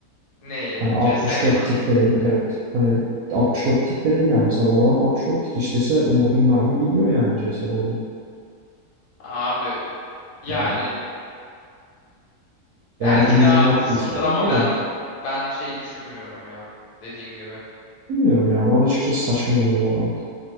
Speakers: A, on the left; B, on the right.
A: Neyi?
B: Hani 64
A: CS'ye mi?
B: tick de değil. Evet. Hani 64 tick de değil yani. Mesela Valorant 64 tick işlese vurdum mermi gidiyor yani CSGO'da.
A: Abi yani
B: Yani eğer
A: belki
B: ki düzgün
A: de haklısındır
B: attıysan
A: ama
B: gidiyor.
A: ben ben şey düşünmüyorum ya. Dediğim gibi.
B: Bilmiyorum ya. Bana açıkçası saçma geliyor Valorant.